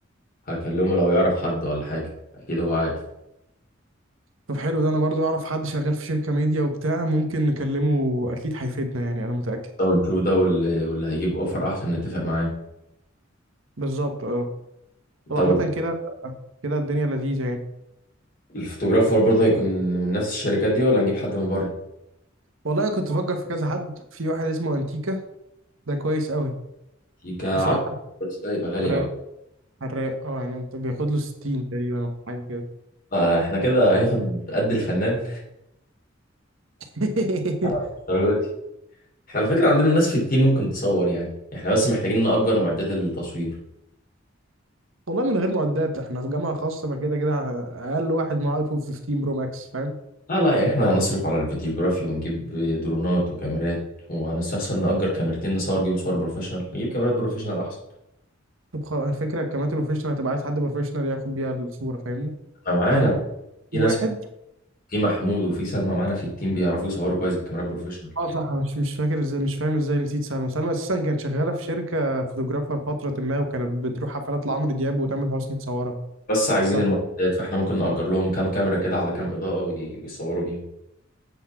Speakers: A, on the left (about 45°); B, on the right (about 80°).
A: هكلمه لو يعرف حد ولا حاجة أكيد هو عارف
B: طب حلو ده انا برضو اعرف حد شغال في شركة ميديا وبتاع ممكن نكلمه اكيد هيفيدنا يعني انا متأكد
A: لو نشوف ده واللي, واللي هيجيب أوفر أحسن نتفق معاه
B: بالظبط اه طب
A: طب
B: عامة كده كده الدنيا لذيذة يعني
A: الفوتوغرافر برضه هيكون من نفس الشركات دي ولا نجيب حد من بره؟
B: والله انا كنت بفكر في كذا حد في واحد اسمه انتيكا ده كويس قوي
A: يبقى عارف
B: بس هو
A: بس ده يبقى غالي
B: حراق
A: أوي
B: حراق اه يعني انت بياخد له 60 تقريبا ولا حاجة كده
A: آه، احنا كده هياخد قد الفنان
B: <laughs>
A: الدرجة دي احنا على فكرة عندنا ناس في التيم ممكن تصور يعني احنا بس محتاجين نأجر معدات التصوير
B: والله من غير معدات احنا في جامعة خاصة فكده كده اقل واحد معاه ايفون 15 برو ماكس فاهم
A: لا لا يعني احنا هنصرف على الفيديوغرافي ونجيب درونات وكاميرات وهنستخسر نأجر كاميرتين نصور بيهم صور بروفيشنال نجيب كاميرات بروفيشنال أحسن
B: طب خلاص الفكرة الكاميرا البروفيشنال هتبقى عايز حد بروفيشنال ياخد بيها الصورة فاهمني
A: أنا معانا
B: فاحنا ممكن
A: في
B: نجيب
A: ناس
B: واحد
A: في محمود وفي سلمى معانا في التيم بيعرفوا يصوروا كويس بكاميرات بروفيشنال
B: اه صح أنا مش مش فاكر ازاي مش فاهم ازاي نسيت سلمى سلمى اساسا كانت شغاله في شركه فوتوغرافر فتره ما وكانت بتروح حفلات لعمرو دياب وتامر حسني تصورها
A: بس عايزين
B: طب
A: المعدات فاحنا ممكن نأجر لهم كام كاميرا كده على كام إضاءة وي- ويصوروا بيهم